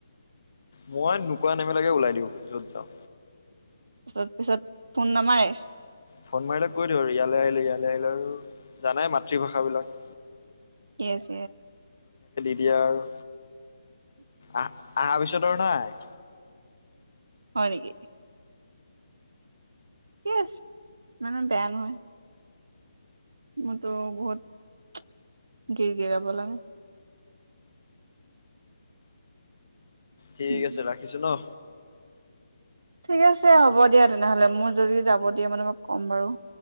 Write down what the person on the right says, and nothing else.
তাৰিছত পিছত ফোন নামাৰে
ইয়েছ
হয় নকি ঠিক আছে মানে বেয়া নহয় মোৰতো বহুত গিৰ গিৰাব লাগে
উম,
ঠিক আছে হ'ব দিয়া তেনেহলে মোৰ যদি যাব দিয়ে মানে ম ক'ম বাৰু